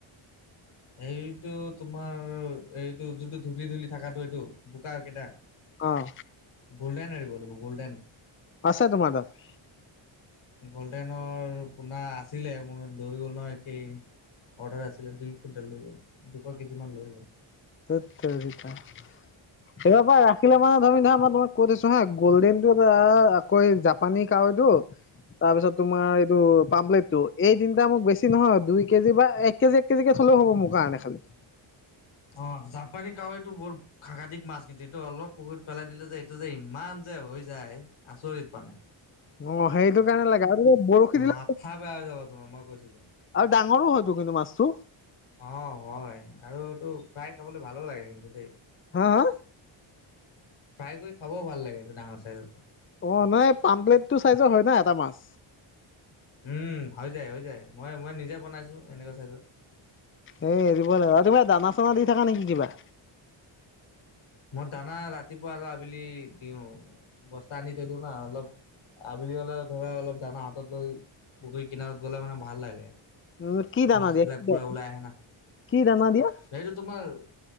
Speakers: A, on the left; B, on the left.
A: এইটো তোমাৰ, এইটো যোনটো ধূলি- ধূলি থাকাটো এইটো বোকা কেইটা।
B: অ'
A: গল্ডেন এৰিব লাগিব গ'ল্ডেন।
B: আছে তোমাৰ তাত?
A: গল্ডেনৰ পোনা আছিলে, মোৰ। লৈ গ'ল নহয় <unintelligible> অৰ্ডাৰ আছিলে। দুই কুইণ্টেল লৈ গ'ল। দুশ কেজিমান লৈ গ'ল।
B: ধেৎ তেৰিকা। এইবা পা ৰাখিলে মানে তুমি ধৰা, মই তোমাক থৈছো হা -গল্ডেনতটো আকৌ জাপানী কাৱৈটো তাৰপিছত তোমাৰ এইটো পাম্পলেটটো। এই তিনটা মোক বেছি নহয়, দুই কেজি বা এক কেজি এক কেজিকে থ'লেও হব মোৰ কাৰণে খালি।
A: অহ। জাপানি কাৱৈটো বহুত সাংঘাতিক মাছ, কিন্তু এইটো অলপ পুখুৰীত পেলাই দিলে যে এইটো যে ইমান যে হৈ যায়, আচৰিত মানে।
B: অ' সেইটো কাৰণে লাগে আৰু বৰশী দিলে
A: মাথা বেয়া হৈ যাব তোমাৰ। মই কৈছোতো
B: আৰু ডাঙৰো হয়তো কিন্তু মাছটো।
A: অহ হয়। আৰুটো ফ্ৰাই খাবলৈ ভালো লাগে কিন্তু দেই।
B: হা হা
A: ফ্ৰাই কৰি খাবও ভাল লাগে। এইটো ডাঙৰ চাইজৰটো।
B: অ' নাই। পামপ্লেটটো চাইজৰ হয় ন এটা মাছ।
A: উম। হৈ যায়। হৈ যায়। মই- মই নিজে বনাইছো, এনেকুৱা চাইজৰ।
B: এ এৰিবই লাগিব। আৰু তুমি দানা -চানা দি থাকা নেকি কিবা?
A: মোৰ দানা ৰাতিপুৱা আৰু আবেলি দিওঁ। বস্তা আনি থৈ দিওঁ না অলপ। আবেলি হলে ধৰা, অলপ দানা হাতত লৈ পুখুৰী কিনাৰত গলে মানে ভাল লাগে।
B: উ কি দানা
A: মাছবিলাক
B: দিয়া কি
A: পুৰা ওলাই আহে না।
B: কি দানা দিয়া?
A: হেইটো তোমাৰ